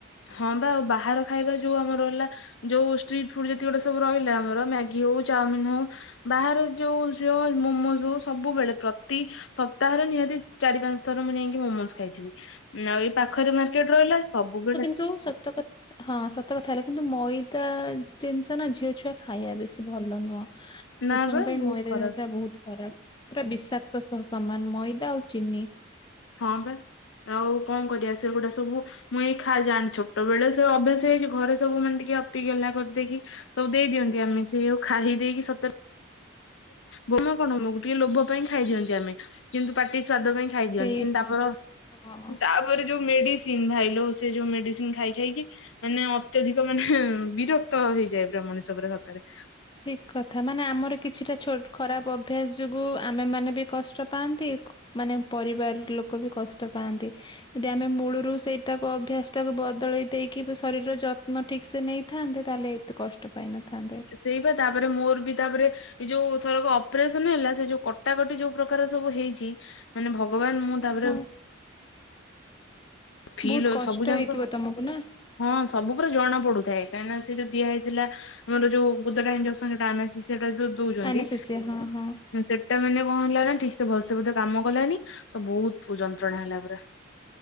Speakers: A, on the left; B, on the left.
A: ହଁ ବା ଆଉ ବାହାର ଖାଇବା ଯୋଉ ଆମର ହେଲା ଯୋଉଷ୍ଟିଟ୍ ଫୁଡ ଯେତିକ ଗୋଟେ ସବୁ ରହିଲା ଆମର ମ୍ୟାଗି ହୋଉ ଚାଓମିନ ହୋଉ ବାହାରୁ ଯୋଉ ଯୋଉ ମୋମୋଜ ହୋଉ ସବୁବେଳେ ପ୍ରତି ସପ୍ତାହରେ ନିହାତି ଚାରି ପାଞ୍ଚ ଥର ମୁଁ ଯାଇକି ମୋମୋଶ୍ ଖାଇଥିବି। ନାଁ ଆଉ ଏଇ ପାଖରେ ମାର୍କେଟ ରହିଲା ସବୁବେଳେ
B: ତ ସତକ ହଁ ସତ କଥା ହେଲା କିନ୍ତୁ ମଇଦା ଜିନିଷ ନା ଝିଅ ଛୁଆ ଖାଇବା ବେଶୀ ଭଲ ନୁହଁ।
A: ନା
B: ଝିଅ ଛୁଆଙ୍କ
A: ବା
B: ପାଇଁ
A: ବହୁତ
B: ମଇଦା
A: ଖରାପ।
B: ଟା ବୋହୁତ ଖରାପ ପୁରା ବିଷାକ୍ତ ସହ ସମାନ ମଇଦା ଆଉ ଚିନି।
A: ହଁ ବା ଆଉ କଣ କରିବା ସେଗୁଡା ସବୁ ମୁଁ ଏଇ ଖା ଜାଣି ଛୋଟ ବେଳେ ସେ ଅଭ୍ୟାସ ହେଇଛି ଘରେ ସବୁ ମାନେ ଟିକେ ଅତି ଗେଲା କରିଦେଇକି ସବୁ ଦେଇ ଦିଅନ୍ତି ଆମେ ସେଇ ଆଉ ଖାଇ ଦେଇକି ସତରେ ବୋମା କଣ ମୋମକୁ ଟିକେ ଲୋଭ ପାଇଁ ଖାଇ ଦିଅନ୍ତି ଆମେ କିନ୍ତୁ ପାଟି ସ୍ଵାଦ ପାଇଁ ଖାଇଦିଅନ୍ତି
B: ସେଇ
A: କିନ୍ତୁ ତାପର
B: ହଁ।
A: ତା ତାରେ ଯୋଉ ମେଡିସିନ ଭାଇଲୋ ସେ ଯୋଉ ମେଡିସିନ ଖାଇ ଖାଇକି ମାନେ ଅତ୍ୟଧିକ ମାନେ ବିରକ୍ତ ହେଇଯାଏ ପୁରା ମଣିଷ ପୁରା ସତରେ
B: ଠିକ କଥା ମାନେ ଆମର କିଛିଟା ଛୋଟ ଖରାପ ଅଭ୍ୟାସ ଯୋଗୁଁ ଆମେମାନେ ବି କଷ୍ଟ ପାଆନ୍ତି। ମାନେ ପରିବାର ଲୋକ ବି କଷ୍ଟ ପାଆନ୍ତି ଯଦି ଆମେ ମୂ ଳୁରୁ ସେଇଟାକୁ ଅଭ୍ୟାସ ସେଟାକୁ ବଦଳେଇ ଦେଇକି ଶରୀରର ଯତ୍ନ ଠିକ ସେ ନେଇଥାନ୍ତେ ତାଲେ ଏତେ କଷ୍ଟ ପାଇନଥାନ୍ତେ।
A: ସେଇ ବା ତାପରେ ମୋର ବି ତାପରେ ଏ ଯୋଉ ଥରକ ଅପରେସନ ହେଲା ସେ ଯୋଉ କଟାକଟି ଯୋଉ ପ୍ରକାର ସବୁ ହେଇଚି। ମାନେ ଭଗବାନ ମୁଁ ତାପରେ
B: ଓହୋ।
A: ଫିଲ୍
B: ବୋହୁତ କଷ୍ଟ
A: ସବୁ ଯାକ
B: ହେଇଥିବ ତମକୁ ନା?
A: ହଁ ସବୁ ପୁରା ଜଣା ପଡୁଥାଏ କାହିଁକିନା ସେ ଯୋଉ ଦିଆ ହେଇଥିଲା ଆମର ଯୋଉ ଗୋଦଡା ଇଞ୍ଜେକସନ ଯୋଉ ଆନା ସେଶିଆ ଯୋଉ ଦୋଉଚନ୍ତି
B: ଆନାସେସିଆ ହଁ ହଁ।
A: ସେଟା ମାନେ କଣ ହେଲା ନା ଠିକ ସେ ଭଲସେ ବୋଧେ କାମ କଲାନି ତ ବୋହୁତ ଯନ୍ତ୍ରଣା ହେଲା ପୁରା।